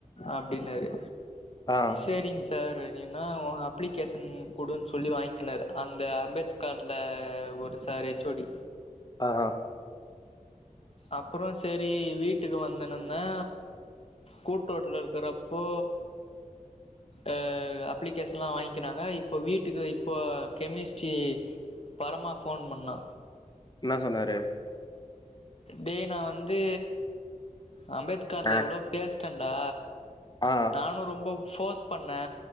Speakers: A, on the left; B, on the left.
A: அப்டின்னாரு
B: ஆ
A: செரிங்க சார் அப்டினா உங்க அப்ளிகேஷன் குடுனு சொல்லி வாங்கிக்கினாரு அந்த அம்பேத் கார்ல ஒரு சார் ஹச் ஓ டி
B: ஆ ஆ
A: அப்றோ செரி வீட்டுக்கு வந்தனும்மே கூட்ரோட்ல இருக்கறப்போ அ அப்ளிகேஷன்லா வாங்கிக்கினாங்க இப்போ வீட்டுக்கு இப்போ கெமிஸ்ட்ரி பரமா ஃபோன் பண்ணா
B: என்ன சொன்னாரு
A: டே நா வந்து அம்பேத் கார்ல
B: ஆ
A: எவ்ளோ பேஸ்ட்டேன்டா
B: ஆ
A: நானு ரொம்ப ஃபோர்ஸ் பண்ணே